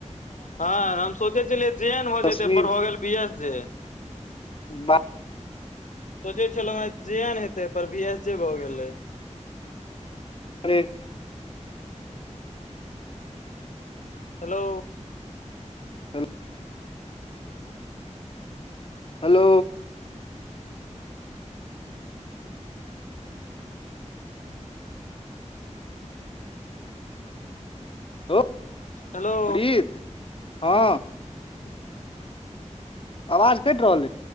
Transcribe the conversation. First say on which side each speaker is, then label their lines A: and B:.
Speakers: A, on the left; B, on the left.
A: हँ हम सोचय छलियै जे एन भऽ
B: दसवीं
A: जेतै बड़ भ गेल बी एस जे
B: बाप
A: सोचे छलहुँ हें जे एन हेते पर बी एस जे भऽ गेलै
B: अरे
A: हेलो
B: हेल हेलो लो
A: हेलो
B: प्रीत हँ
A: <inaudible>
B: आवाज कटि रहलै